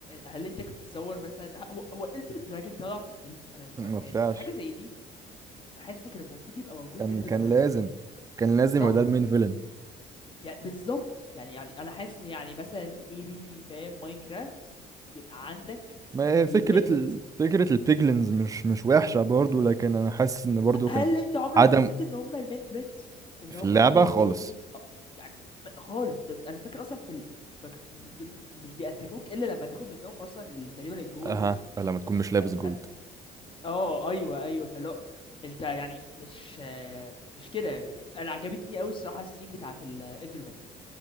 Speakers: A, on the left (about 30°); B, on the right (about 20°).
A: هل انت كنت تصور مثلا ه- هو هو اندر دراجون طلع في الفيلم انا
B: ما
A: ما-
B: طلعش
A: يعني حاجه زي دي حاسس كان المفروض يبقى موجود
B: كان
A: اندر
B: كان
A: دراجون
B: لازم كان لازم
A: صح
B: يبقى ده المين فيلن
A: يعني بالظبط يعني يعني انا حاسس ان يعني مثلا اي بي فاهم ماينكرافت يبقى عندك
B: ما هي
A: الان
B: فكرة ال... فكرة البيجلينز مش مش وحشة برضو لكن أنا حاسس إن برضو كان
A: هل انت عمرك
B: عدم
A: حسيت ان هم المين ثريت ان
B: في
A: هم
B: اللعبة
A: دول الانيميز
B: خالص
A: يعني خالص ده انا فاكر اصلا في ال... مك- دول مش بيأتاكوك الا لما تاخد منهم اصلا ال- تقريبا الجول
B: اها لما تكون مش لابس
A: ف... ف...
B: جولد
A: اه ايوه ايوه فاللي هو انت يعني مش آه، مش كده يعني انا عجبتني قوي الصراحه السين بتاعت الاندرمان